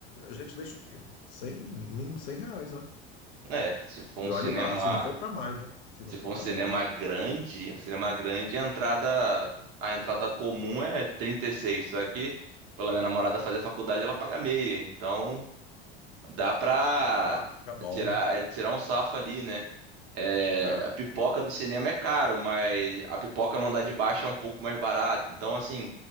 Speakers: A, on the left; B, on the right.
A: a gente deixa o quê? 100, mínimo 100 reais, né?
B: É, se for
A: E
B: um
A: olhe
B: cinema,
A: lá, se não for para mais, né? Se não
B: se
A: for
B: for um
A: para
B: cinema
A: mais.
B: grande, um cinema grande, a entrada, a entrada comum é 36, só que pela minha namorada fazer faculdade, ela paga meia. Então, Dá pra
A: Ah, fica bom.
B: tirar, é, tirar um safo ali, né? É,
A: É,
B: a pipoca do cinema é caro, mas a pipoca no andar de baixo é um pouco mais barato. Então, assim,